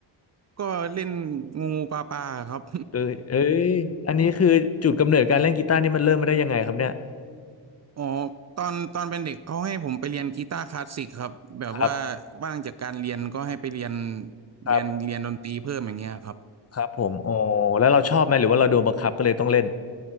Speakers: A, on the right (about 35°); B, on the left (about 35°).
A: ก็เล่นงูงูปลาปลาครับ
B: เอ้ยเอ้ยอันนี้คือจุดกำเนิดการเล่นกีตาร์นี่มันเริ่มมาได้ยังไงครับเนี่ย
A: <laughs> อ๋อตอนตอนเป็นเด็กเขาให้ผมไปเรียนกีตาร์คลาสสิกครับแบบว่า
B: ครับ
A: ว่างจากการเรียนก็ให้ไปเรียน
B: ครับ
A: เรียนเรียนดนตรีเพิ่มอย่างเงี้ยครับ
B: ครับผมอ๋อแล้วเราชอบไหมหรือว่าเราโดนบังคับก็เลยต้องเล่น